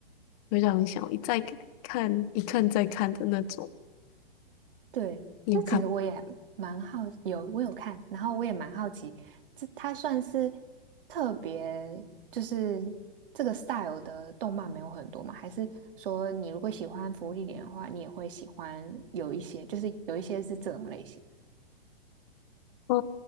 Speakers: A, on the left; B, on the right.
A: 非常想一再看、一看再看的那种。
B: 对，
A: 你有看吗？
B: 这其实我也蛮好，有我有看，然后我也蛮好奇，这它算是特别，就是这个 style 的动漫没有很多嘛？还是说你如果喜欢《芙莉莲》的话，你也会喜欢有一些，就是有一些是这种类型？
A: 哦，